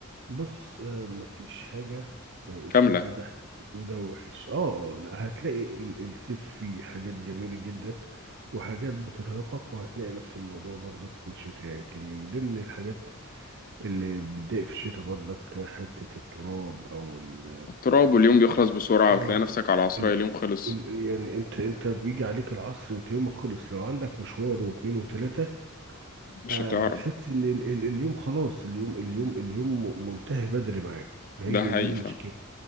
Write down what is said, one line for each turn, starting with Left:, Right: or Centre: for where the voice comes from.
Right: بص آه، مفيش حاجة آه، اسمها
Left: كاملة
Right: ده حلو وده وحش اه آه، لا هتلاقي ال- الصيف فيه حاجات جميلة جدا وحاجات بترهقك وهتلاقي نفس الموضوع برضك في الشتاء يعني يمكن من ضمن الحاجات اللي بتضايق في الشتاء برضك حتة التراب او ال
Left: التراب واليوم بيخلص بسرعة
Right: اه
Left: بتلاقي
Right: آه،
Left: نفسك على العصرية
Right: ال
Left: اليوم خلص
Right: ال- يعني انت انت بيجي عليك العصر انت يومك خلص لو عندك مشوار واتنين وتلاتة
Left: مش
Right: آه،
Left: هتعرف
Right: بتحس ان ال- ال- اليوم خلاص اليوم اليوم اليوم منتهي بدري معاك فهي
Left: ده حقيقي
Right: دي المشكله
Left: فاهم